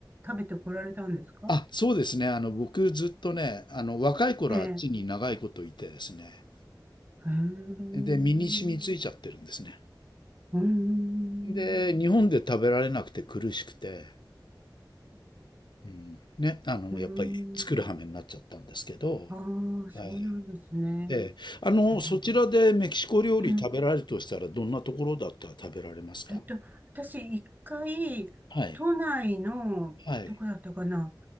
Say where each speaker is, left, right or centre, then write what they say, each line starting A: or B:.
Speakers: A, on the right; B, on the left.
A: 食べてこられたんですか
B: あ、そうですね。あの、僕ずっとね、あの、若い頃はあっちに長いこといてですね。
A: ええ。へえ。うん。
B: で、身に染みついちゃってるんですね。
A: うん。
B: で、日本で食べられなくて苦しくて、うんね、あの、
A: うん。
B: やっぱり作る羽目になっちゃったんですけど、
A: ああ、そうなんですね。
B: はい。ええ。あの、
A: え
B: そちらでメキシコ料理食べられるとしたら、
A: え
B: どんなところだったら食べられますか？
A: えっと、私、一回、
B: はい。
A: 都内の、
B: はい。
A: どこだったかな。